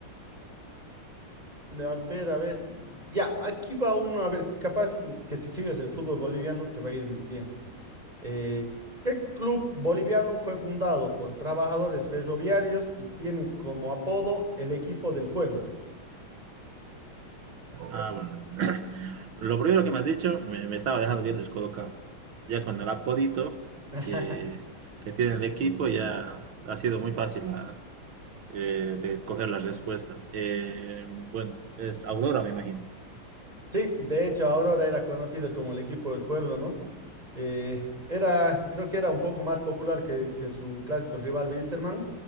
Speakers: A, on the right (about 20°); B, on the right (about 75°).
A: a ver, a ver. Ya, aquí va uno. A ver, capaz que, que si sigues el fútbol boliviano te va a ir bien. Eh, ¿qué club boliviano fue fundado por trabajadores ferroviarios y tiene como apodo el equipo del pueblo?
B: Ah, bueno. <clears throat> Lo primero que me has dicho me, me estaba dejando bien descolocado. Ya con el apodito
A: <laughs>
B: que, que tiene el equipo, ya ha sido muy fácil la- eh, de escoger la respuesta. Eh, bueno, es Aurora, me imagino.
A: Sí, de hecho, Aurora era conocido como el equipo del pueblo, ¿no? Eh, era, creo que era un poco más popular que, que su clásico rival Wisterman.